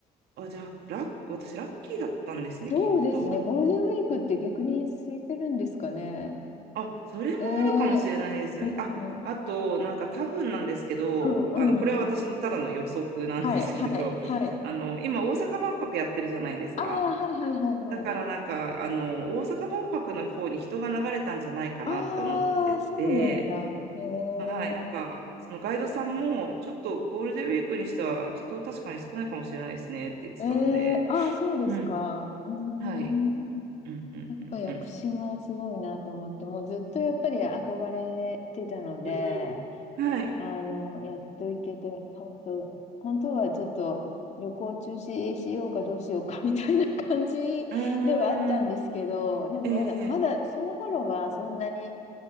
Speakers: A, on the right; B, on the left.
A: あ、じゃあ、ラッ、私、ラッキーだったんですね、
B: そうですね。
A: きっと。
B: ゴールデンウィークって逆に空いてるんですかね。
A: あ、それもあるかもしれないですよね。
B: ええ。うん、
A: あ、
B: う
A: あと、なんか多分なんですけど、
B: ん、
A: あの、これは私のただの予測なんですけど、
B: うん。はい、はい、
A: <laughs>
B: はい。
A: あの、今、大阪万博やってるじゃないですか。
B: ああ、はいはいはいはい。
A: だからなんか、あの、大阪万博の方に人が流れたんじゃないかなって思ってて、
B: ああ、そうなんだ。へえ。
A: はい、なんか、そのガイドさんも、ちょっとゴールデンウィークにしては人確かに少ないかもしれないですねって言ってたので、
B: ええ、ああ、そうですか。
A: うん、
B: うーん。
A: はい。うんうんうんうん
B: やっぱ屋久島はすごいなと思って、もうずっとやっぱり憧れてたので、
A: うんうんはい。
B: あの、やっと行けて、本当、本当はちょっと旅行中止しようかどうしようかみたいな感じではあったんですけど、
A: あー
B: でもまだ、
A: ええ
B: まだその頃はそんなに、